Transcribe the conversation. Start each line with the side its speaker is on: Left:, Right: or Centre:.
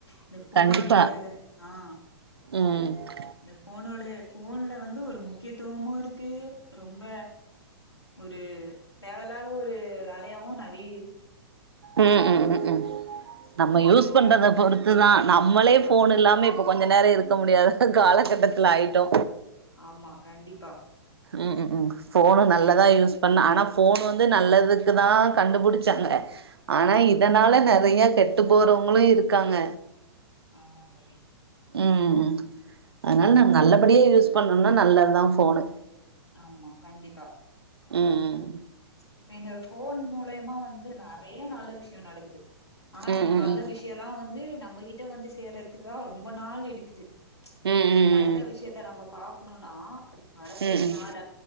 Left: இந்த போனுடைய
Right: கண்டிப்பா
Left: ஆ
Right: ம்
Left: இந்த போனோட போன்ல வந்து ஒரு முக்கியத்துவமா இருக்கு ரொம்ப ஒரு தேவையில்லாத ஒரு ழையாவும் நிறைய இருக்கு
Right: ம் ம் ம் ம் நம்ம யூஸ்
Left: இத பத்தி
Right: பண்றத
Left: நீ
Right: பொறுத்து தான் நம்மளே
Left: ஆ
Right: போன் இல்லாமே இப்ப கொஞ்ச நேரம் இருக்க முடியாது காலகட்டத்துல ஆயிட்டொ
Left: ஆமா கண்டிப்பா
Right: ம் ம் ம் ஃபோனு
Left: ஓகே
Right: நல்லதான் யூஸ் பண்ண ஆனா போன் வந்து நல்லதுக்குதான் கண்டுபுடிச்சாங்க ஆனா இதனால நறைய கெட்டு போறவங்களும் இருக்காங்க
Left: ஆமா தோழி
Right: ம் ம் அதனால நான் நல்லபடியே யூஸ் பண்ணும்னா நல்லதுதான் போனு
Left: ஆமா கண்டிப்பா
Right: ம் ம்
Left: இப்ப இந்த போன் மூலயமா வந்து நிறைய நல்ல விஷய நடக்குது ஆனா
Right: ம்
Left: அந்த
Right: ம்
Left: நல்ல
Right: ம்
Left: விஷயம்ல்லாம் வந்து ந நம்மகிட்ட வந்து சேர்றதுக்கு தான் ரொம்ப நாள் எடுக்குச்சு
Right: ம் ம்
Left: ஒரு நல்ல விஷயத்த நம்ம பா கொணுணா அதுக்கு வரக்கூடிய
Right: ம் ம் ம்
Left: நாள்